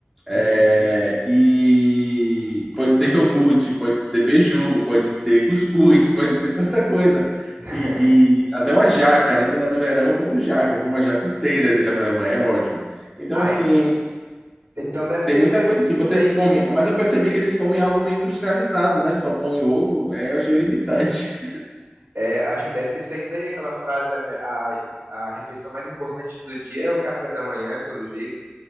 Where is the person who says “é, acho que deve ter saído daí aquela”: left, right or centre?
Right